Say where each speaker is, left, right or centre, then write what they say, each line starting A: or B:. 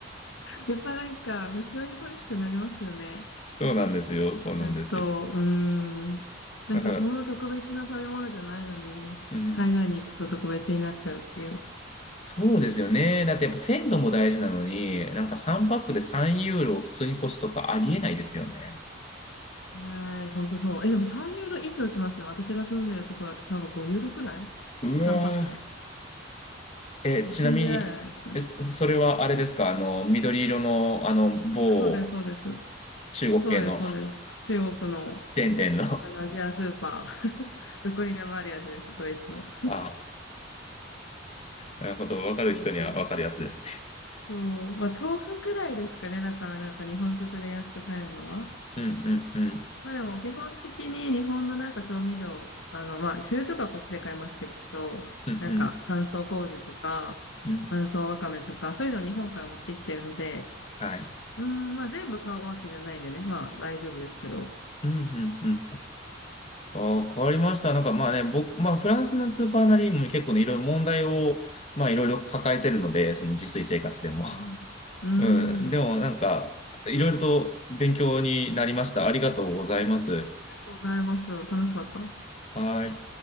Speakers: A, on the left; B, on the left.
A: やっぱなんか無性に恋しくなりますよね。
B: そうなんですよ。そうなんですよ。
A: 納豆。うん。なんかそんな特別な食べ物じゃないのに、
B: だから、うん。
A: 海外に行くと特別になっちゃうっていう。
B: そうですよね。だってやっぱ鮮度も大事なのに、なんか3パックで3ユーロを普通に越すとかありえないですよね。
A: ない、ほんとそう。え、でも3ユーロ以上しますね。私が住んでるところだと多分5ユーロくらい
B: うわ
A: ?3 パックで。
B: ー。え、
A: もう信じられないですね。
B: ちなみに、え、それはあれですかあの、緑色の、あの、某
A: あ、そうです、そうです。
B: 中国系の
A: そうです、そうです。
B: <laughs>
A: 中国の、
B: チェーン店の
A: あのアジアスーパー。<laughs> どこにでもあるやつです、ドイツの。
B: あ、なるほど。わかる人にはわかるやつですね。
A: そう、そう。まあ、豆腐くらいですかね。だからなんか日本食で安く買えるのは。
B: うんうんうん。
A: まあでも基本的に日本のなんか調味料、あのまあ醤油とかこっちで買いますけど、
B: うんうん
A: なんか乾燥麹とか乾燥わかめとかそういうのを日本から持ってきてるので、
B: うん。はい。
A: うーん、まあ全部買うわけじゃないんでね、まあ大丈夫ですけど。
B: うんうんうん。ああ、変わりました。なんかまあね、僕、まあフランスのスーパーなりにも結構ね、いろいろ問題を、まあいろいろ抱えてるので、その自炊生活でも。
A: うんうん。
B: <laughs> うん。
A: うーん。
B: でもなんか、いろいろと勉強になりました。ありがとうございます。
A: ありがとうございます。楽しかった。
B: はい。